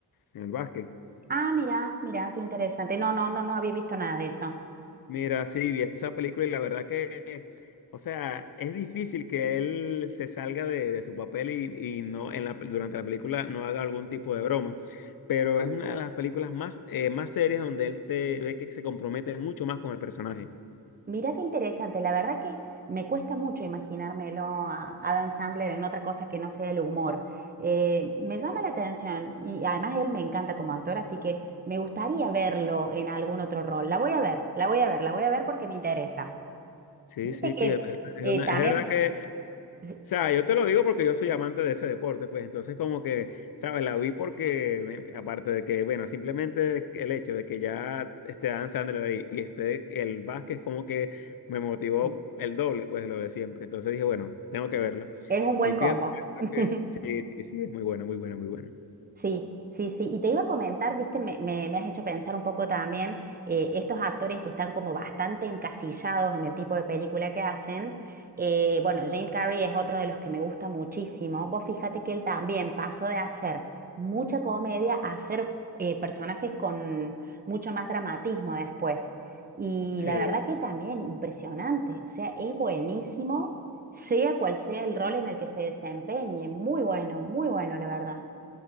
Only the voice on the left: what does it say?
en el básquet.
Mira, sí, vi esa película y la verdad que, o sea, es difícil que él se salga de, de su papel y, y no en la, durante la película no haga algún tipo de broma. Pero es una de las películas más, eh, más serias donde él se ve que se compromete mucho más con el personaje.
Sí,
sí,
fíjate. Es,
una-
es verdad que
O sea, yo te lo digo porque yo soy amante de ese deporte, pues entonces como que, ¿sabes? La vi porque, eh, aparte de que, bueno, simplemente el hecho de que ya esté Dan Sandler ahí y esté el Vázquez como que me motivó
el doble, pues, de lo de siempre. Entonces dije, bueno, tengo que verla.
Y fíjate
que sí, sí, sí, es muy buena, muy buena, muy buena.
Sí,